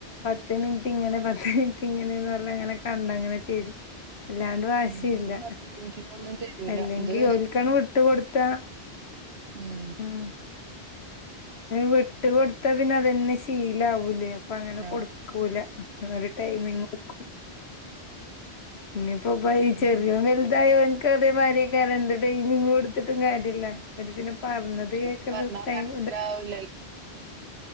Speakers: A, on the left; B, on the right.
A: പത്ത് മിനിറ്റ് ഇങ്ങനെ പത്ത് മിനിറ്റ് ഇങ്ങനെന്ന് റഞ്ഞ്അങ്ങനെ കണ്ടങ്ങനെ തെരും വല്ലാണ്ട് വാശീല്ല
B: ഉം ഇത് പത്ത് മിനിറ്റിനൊന്നും തരൂല
A: എല്ലെങ്കി
B: ഇത്
A: ഓൽക്കാണ് വിട്ട് കൊട്ത്താ
B: ഉം
A: മ്മ് വിട്ട് കൊടുത്താ പിന്നെ അതെന്നെ ശീലവൂലേ അപ്പൊ അങ്ങനെ
B: ആ
A: കൊടുക്കൂല ഒരു ടൈമിങ് വെക്കും പിന്നെ ഇപ്പൊപ്പ ഈ
B: ഉം
A: ചെറിയോൻ വെലൽതായാ ഓൻക് ഓൻകതേ മായിരിയേയ്കാരം എന്ത് ട്ടൈമിങ്ങ് കൊട്ത്ത്ട്ടും കാര്യല്ല ഇവര് പിന്നെ പർഞത്
B: അവർക്ക്
A: കേകണ്ട
B: പറഞ്ഞാ
A: ടൈമ്
B: <unintelligible>